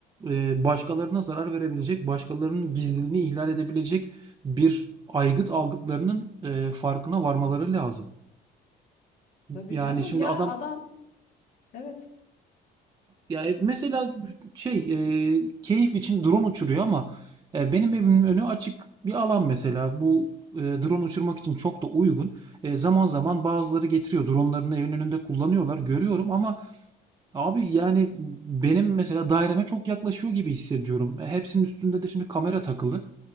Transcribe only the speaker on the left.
Tabii
canım.
Ya
adam evet.
Evet.